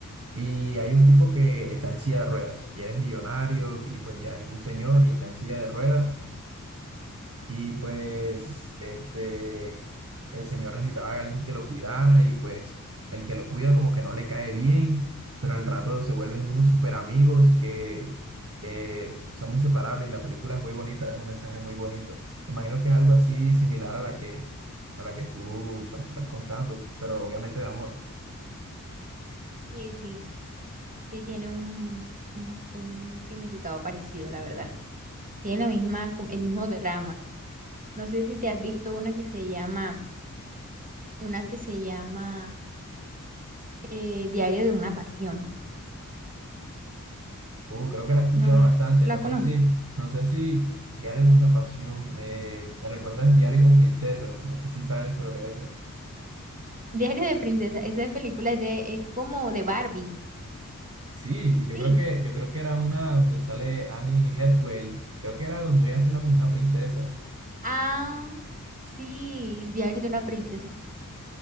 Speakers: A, on the right (about 45°); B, on the right (about 25°).
A: Y hay un tipo que está en silla de ruedas y él es millonario y pues ya es un señor y está en silla de ruedas. Y pues este, el señor necesitaba a alguien que lo cuidara y pues el que lo cuida como que no le cae bien, pero al rato se vuelven unos super amigos que, que son inseparables y la película es muy bonita, es un mensaje muy bonito. Me Imagino que es algo así similar a la que, a la que tú pues, estás contando, pero obviamente de amor.
B: Sí, sí, sí tiene un, un, un significado parecido, la verdad. Tiene la misma, el mismo drama. No sé si te has visto una que se llama, una que se llama eh, Diario de una pasión.
A: Uh, creo que la he escuchado
B: No,
A: bastante,
B: la
A: no
B: conozco.
A: sé si, no sé si Diarios de una pasión, eh, me recuerdas Diarios de princesas, no sé si sabes sobre eso.
B: Diario de princesa. Esa película es de, es como de Barbie.
A: Sí, yo
B: Sí.
A: creo que, yo creo que era una donde sale Annie Hathaway. Creo que era donde a sido una como una princesa.
B: Ah, sí. Diario de una princesa.